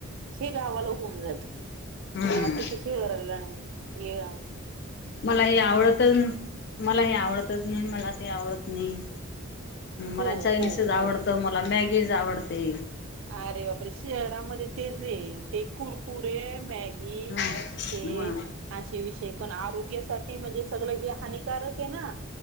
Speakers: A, on the right; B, on the left.
A: हे गावाला होऊन जात.
B: हम्म
A: हा तस शहराला गाणे ये.
B: मला हे आवडतच मला हे आवडतच नाही मला ते आवडत नाही. मला
A: हो
B: चायनीसच
A: हो हो
B: आवडतं मला मॅगीच आवडते.
A: अरे बापरे शहरामध्ये तेच आहे ते कुरकुरे आहे मॅगी.
B: मग
A: हे असे विषय पण आरोग्यासाठी म्हणजे सगळ हेे हानिकारक आहे ना.